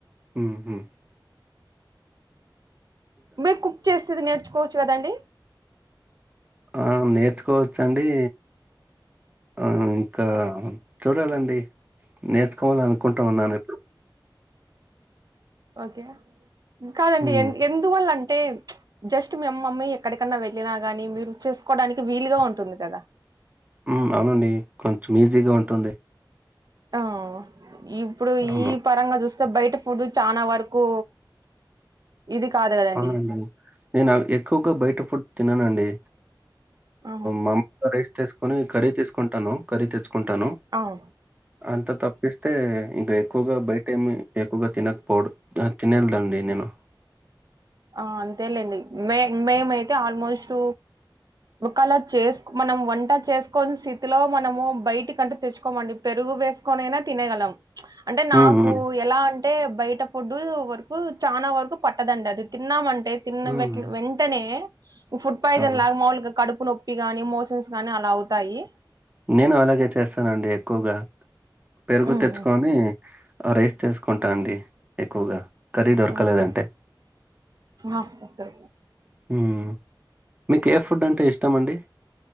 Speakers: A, on the right; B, on the right.
A: హు హూ
B: మీర్ కుక్ చేసేది నేర్చుకోవచ్చు కదండి
A: ఆ నేర్చుకోవచ్చండి ఆ ఇంకా చూడాలండి నేర్చుకోవాలీ అనుకుంటా ఉన్నాను
B: ఓకే కాదండి
A: హ్మ్.
B: ఎ ఎందువల్ల అంటే జస్ట్ మీ అమ్మమ్మీ ఎక్కడికన్నా వెళ్ళినా గానీ మీరు చేస్కోడానికి వీలుగా ఉంటుంది కదా
A: మ్మ్ అవునండి కొంచెం ఈజీగా ఉంటుంది.
B: ఆ ఇప్పుడు
A: అవును.
B: ఈ పరంగా చూస్తే బయట ఫుడ్ చానా వరకు ఇది కాదు కదండి
A: అవునండి, నేనా ఎక్కువగా బయట ఫుడ్ తిననండి.
B: ఆ
A: మామ్గా రైస్ తీసుకుని కర్రీ తీసుకుంటాను కర్రీ తెచ్చుకుంటాను
B: అవ్
A: అంత తప్పిస్తే ఇంకా ఎక్కువగా బయట ఏమి ఎక్కువగా తినకపోడు. తినేల్దండి నేను
B: ఆ అంతేలేండి మే మేమైతే ఆల్మోస్ట్ ఒకాలా చేస్ మనం వంట చేసుకొని స్థితిలో మనము బయటి కంటూ తెచ్చుకోమండి పెరుగు వేస్ కొనైనా తినగలం
A: <unintelligible>
B: అంటే నాకు
A: హ్మ్.
B: ఎలా అంటే బయట ఫుడ్డు వరకు చానా వరకు పట్టదండి అది తిన్నామంటే తిన్న
A: హ్మ్.
B: వెంటనే ఫుడ్ పాయిజన్
A: అవును.
B: లాగా మౌల్గా కడుపు నొప్పి గాని మోసన్స్ గాని అలా అవుతాయి.
A: నేను అలాగే చేస్తానండి ఎక్కువగా, పెరుగు
B: హ్మ్
A: తెచ్చుకొని ఆ రైస్ చేసుకుంటా అండి ఎక్కువగా, కర్రీ దొరకలేదంటే
B: అవునా ఆ ఓకే
A: మ్మ్ మీకు ఏ ఫుడ్ అంటే ఇష్టమండి,